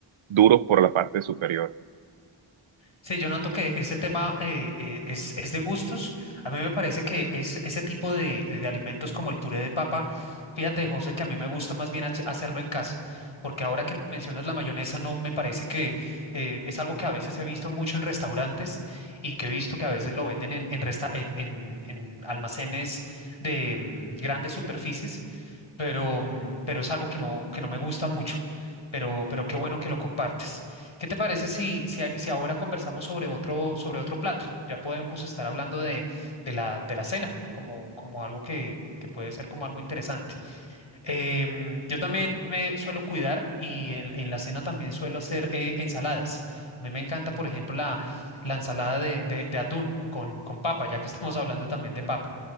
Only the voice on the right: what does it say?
duros por la parte superior.